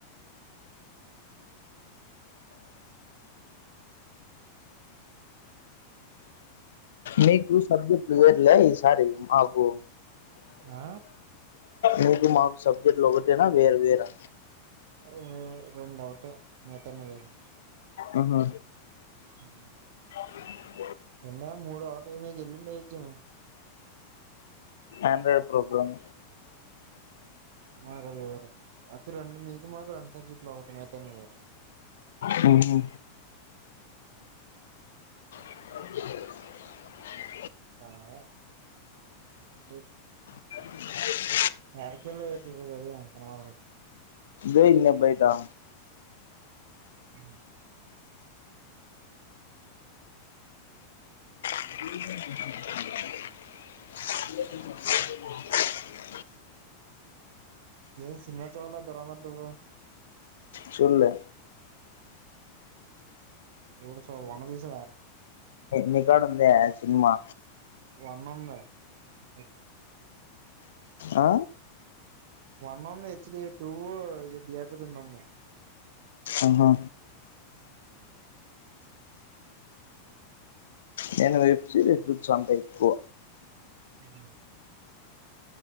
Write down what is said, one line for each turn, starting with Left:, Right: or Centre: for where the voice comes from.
Left: మీకు సబ్జెక్టులు వేరులే ఈసారి అబో
Right: ఆ
Left: మీకు మాకు సబ్జెక్ట్లు ఒకటేనా వేర్ వేరా
Right: ఏ రెండఒకటి మిగతావి వేరు
Left: ఆహ
Right: ఉమ్
Left: <inaudible>
Right: ఎన్న మూడోళ ఏమ వెళ్ళింజము
Left: ఆండ్రాయిడ్ ప్రోగ్రామ్
Right: మాకు అది వేరు అయితే రెండు మీకు మాకు రెండు సబ్జెక్టులు ఒకటి మిగతాన్ని వేరు
Left: హు హు <unintelligible>
Right: కాలాగా అ
Left: <unintelligible>
Right: వాకల్లోది అన
Left: డే ఇన్ ఏ బైట్ త
Right: ఉమ్
Left: <unintelligible>
Right: ఏ సినిమా చవాల దరమ ద
Left: చూల్లే
Right: అవును స వన విస
Left: నీకాడా ఉందా సినిమా
Right: వన్ ఉంది అే
Left: ఆ
Right: వన్ ఉంది హెచ్డి టూ ఇది థియేటర్ ఇన్ ఉంది
Left: ఆహా
Right: హ
Left: నేను వెబ్సేరీస్ చూస్తా అంతా ఎక్కువ
Right: ఆహ